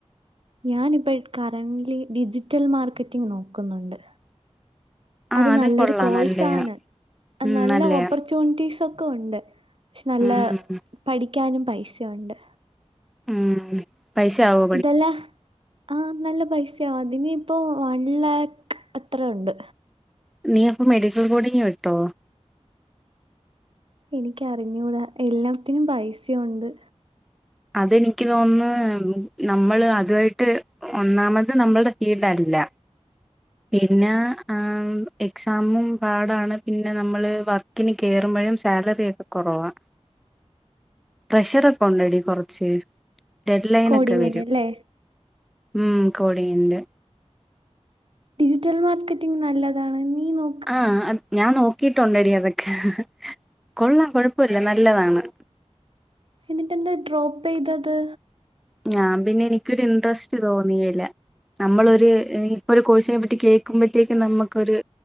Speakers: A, on the right; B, in the centre.
A: ഞാനിപ്പ കറന്റ്ലി ഡിജിറ്റൽ മാർക്കറ്റിംഗ് നോക്കുന്നുണ്ട്
B: ആ
A: അത് നല്ലൊരു
B: കൊള്ളാം
A: കോഴ്സാണ്
B: നല്ലയാ
A: അഹ്
B: ഉം
A: നല്ല
B: നല്ലയാ
A: ഓപ്പർ ച്ചൂണിറ്റീസൊക്കെ ഒക്കെ ഒണ്ട് പക്ഷെ നല്ല
B: ഉം
A: പഠിക്കാനും പൈസുണ്ട്
B: ഉം പൈസാവും
A: ഇതെല്ലാ ആഹ് നല്ല പൈസയാവും അതിനിപ്പോ വൺ ലാക്ക് അത്രണ്ട്
B: നീ അപ്പ മെഡിക്കൽ കോഡിങ്ങ് വിട്ടോ
A: എനിക്കറിഞ്ഞൂടാ എല്ലാത്തിനും പൈസയുണ്ട്
B: അതെനിക്ക് തോന്ന്ന്ന് നമ്മള് അതുവായിട്ട് ഒന്നാമത് നമ്മൾടെ ഫീൽടല്ല പിന്നെ ആഹ് എക്സാമും പാടാണ് പിന്നെ നമ്മള് വർ ക്കിന് കേറുമ്പഴും സാലറി ഒക്കെ കൊറവാ പ്രഷറൊക്കെ ഒണ്ടെടി കൊറച്ച് ഡെഡ് ലൈനൊക്കെ
A: കോഡിങ്ങിനല്ലേ
B: വെരും ഉം കോഡിങ്ങിന്റെ
A: ഡിജിറ്റൽ മാർക്കറ്റിംഗ് നല്ലതാണ് നീ നോ
B: ആഹ് ഞാൻ നോക്കിട്ടുണ്ടെടി അതൊക്കെ കൊള്ളാം കൊഴപ്പല്ല നല്ലതാണ്
A: എന്നിട്ടെന്താ ഡ്രോപ്പെയ്തത്
B: ഞാൻ പിന്നെ എനിക്കൊര് ഇൻട്രസ്റ്റ് തോന്നിയില്ല നമ്മളൊര് ഇപ്പൊരു കോഴ്സ്നെ പറ്റി കേക്കുമ്പഴത്തേക്കും നമുക്കൊരു